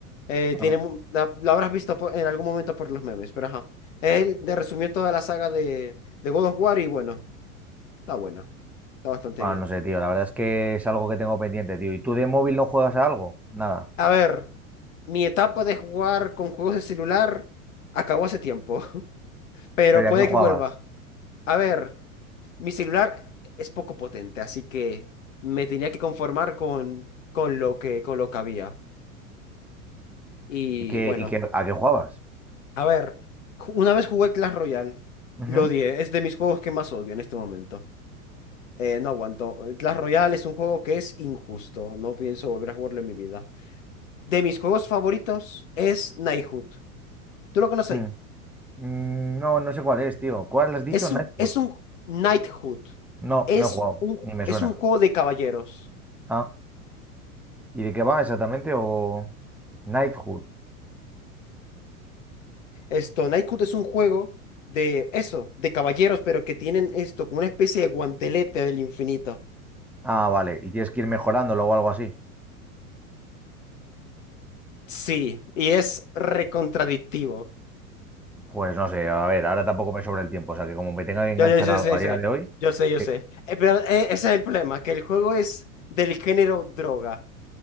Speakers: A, on the left (about 60°); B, in the centre.
A: Eh, tiene,
B: Ah.
A: mu- la, la habrás visto po- en algún momento por los memes, pero ajá. Él te resumió toda la saga de, de God of War y bueno, está bueno, está bastante
B: Bueno,
A: bien.
B: no sé, tío, la verdad es que es algo que tengo pendiente, tío. ¿Y tú de móvil no juegas a algo? Nada.
A: A ver, mi etapa de jugar con juegos de celular acabó hace tiempo, <laughs> pero
B: ¿Pero ¿y
A: puede
B: a qué jugabas?
A: que vuelva. A ver, mi celular es poco potente, así que me tenía que conformar con, con lo que, con lo que había. Y
B: ¿Y qué,
A: bueno,
B: y qué, a qué jugabas?
A: a ver, ju- una vez jugué Clash Royale,
B: Ujú.
A: lo odié, es de mis juegos que más odio en este momento. Eh, no aguanto. Clash Royale es un juego que es injusto, no pienso volver a jugarlo en mi vida. De mis juegos favoritos es Knighthood. ¿Tú lo conoces?
B: Mm. Mm, No, no sé cuál es, tío. ¿Cuál has dicho?
A: Es
B: Nightfall.
A: un, es un Knighthood.
B: No,
A: Es
B: no he jugado,
A: un,
B: ni me
A: es
B: suena.
A: un juego de caballeros.
B: Ah, ¿y de qué va exactamente? ¿O Knighthood?
A: Esto, Knighthood es un juego de eso, de caballeros, pero que tienen esto, como una especie de guantelete del infinito.
B: Ah, vale, y tienes que ir mejorándolo o algo así.
A: Sí, y es recontradictivo.
B: Pues no sé, a ver, ahora tampoco me sobra el tiempo, o sea que como me tenga que enganchar
A: Yo, yo, yo
B: a algo
A: sé,
B: a
A: yo
B: día
A: sé.
B: de hoy,
A: Yo sé, yo
B: eh,
A: sé. Eh, pero eh, ese es el problema, que el juego es del género droga.